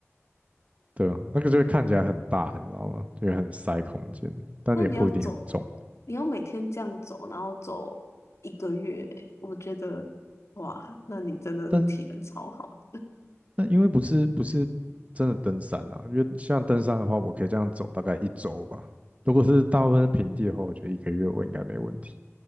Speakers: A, on the right; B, on the left.
A: 对啊，那个就会看起来很大，你知道吗？就会很塞空间，但也不一定很重。
B: 那你要走，你要每天这样走，然后走一个月耶，我觉得，哇，那你真的是体能超好。
A: 但是那因为不是不是真的登山啊，因为像登山的话，我可以这样走大概一周吧。如果是大部分是平地的话，我觉得一个月我应该没问题。